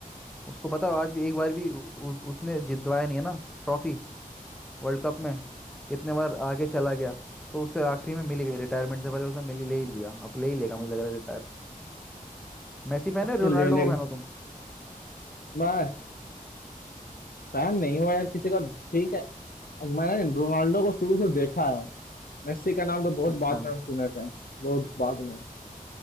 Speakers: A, in the centre; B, on the left.
A: उसको पता आज भी एक बार भी उ- उस उसने जितवाया नहीं है ना ट्रॉफी वर्ल्ड कप में कितने बार आगे चला गया तो उससे आखिरी में मिल ही गई रिटायरमेंट से पहले उसने मिल ही ले ही लिया अब ले ही लेगा मुझे लग रहा है मैसी फैन
B: अब
A: है
B: तो
A: रोनाल्डो
B: ले ले
A: को फैन हो तुम
B: मैं फैन नहीं हुआ यार किसी का ठीक है मैंने रोनाल्डो को शुरू से देखा है मेस्सी का नाम तो बहुत
A: अच्छा
B: बाद में हम सुने थे बहुत बाद में